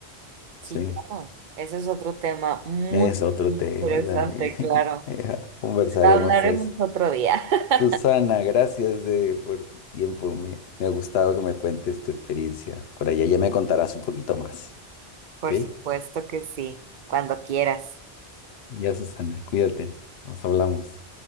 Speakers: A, on the right (about 55°); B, on the left (about 70°).
A: Sí,
B: Sí.
A: claro. Ese es otro tema muy
B: Es otro
A: muy
B: tema
A: interesante,
B: también.
A: claro.
B: <laughs> Ya, Conversaremos
A: Lo hablaremos
B: pues.
A: otro día. <laughs>
B: Susana, gracias eh, por tu tiempo. Me, me ha gustado que me cuentes tu experiencia. Por allá ya me contarás un poquito más.
A: Por
B: ¿Ok?
A: supuesto que sí, cuando quieras.
B: Ya, Susana, cuídate. Nos hablamos.